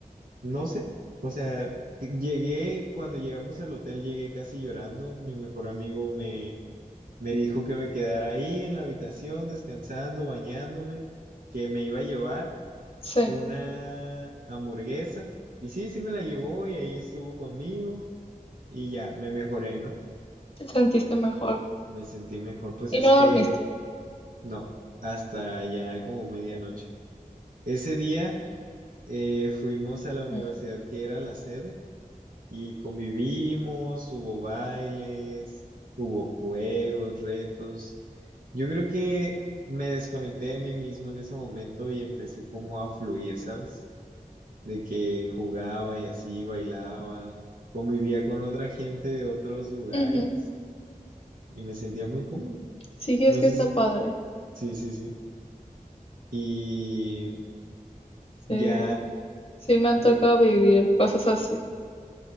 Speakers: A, on the right; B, on the left.
A: No sé, o sea, que- llegué, cuando llegamos al hotel llegué casi llorando, mi mejor amigo me, me dijo que me quedara ahí en la habitación descansando, bañándome, que me iba a llevar
B: Sí,
A: una hamburguesa y sí, sí me la llevó y ahí estuvo conmigo y ya, me mejoré, ¿no?
B: te sentiste mejor.
A: Me sentí mejor, pues
B: Y
A: es
B: no
A: que
B: dormiste.
A: no, hasta ya como medianoche. Ese día eh, fuimos a la universidad
B: Mm,
A: que era la sede Y convivimos, hubo bailes, hubo juegos, retos. Yo creo que me desconecté de mí mismo en ese momento y empecé como a fluir, ¿sabes? De que jugaba y así, bailaba, convivía con otra gente de otros lugares
B: ujú,
A: y me sentía muy cómodo.
B: Sí, es
A: No
B: que
A: sé
B: está
A: si,
B: padre.
A: sí, sí, sí. Y
B: Sí,
A: ya
B: sí me ha
A: re-
B: tocado vivir cosas así.